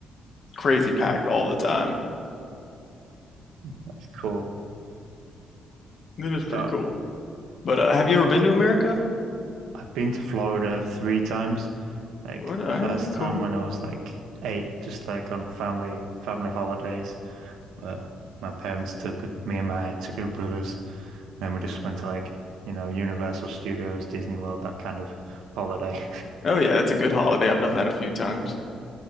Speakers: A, on the left; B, on the right.
A: crazy packed all the time.
B: That's cool.
A: It is
B: So
A: pretty cool. But uh, have you ever been to America?
B: I've been to Florida three times. Like
A: Florida,
B: the first
A: all right, cool.
B: time when I was like eight, just like on family family holidays, where my parents took me and my two brothers. Then we just went to like, you know, Universal Studios, Disney World, that kind of holiday.
A: Oh yeah, that's a good holiday. I've done that a few times.